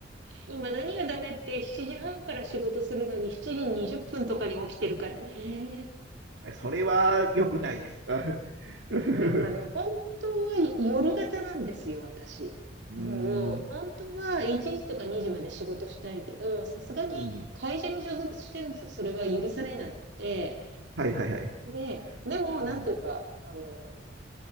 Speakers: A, on the right (about 70°); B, on the right (about 85°).
A: 今何がダメって、7時半から仕事するのに7時20分とかに起きてるからね。
B: <laughs> それは良くないです。あ <laughs> う
A: なんかね、本当は夜型なんですよ、私。
B: ーん。
A: もう、本当は1時とか2時まで仕事したいけど、さすがに会社に所属してるとそれは許されないっで、
B: うん。はいはいはい。
A: で、でも、
B: うん。
A: なんていうか、あの、